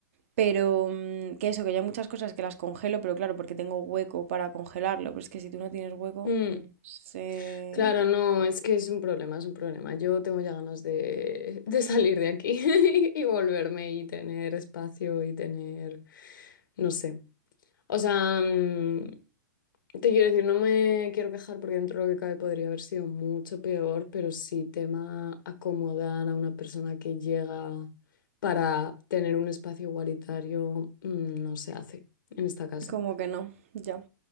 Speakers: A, on the right; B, on the left.
A: Pero mm, que eso, que yo hay muchas cosas que las congelo, pero claro, porque tengo hueco para congelarlo. Pero es que si tú no tienes hueco,
B: mm.
A: mm, se...
B: Claro, no, es que es un problema, es un problema. Yo tengo ya ganas de, de salir de aquí <laughs> y volverme y tener espacio y tener, no sé. O sea, mm, Te quiero decir, no me quiero quejar porque dentro de lo que cabe podría haber sido mucho peor, pero sí tema acomodar a una persona que llega para tener un espacio igualitario, mm, no se hace en esta casa.
A: como que no, ya.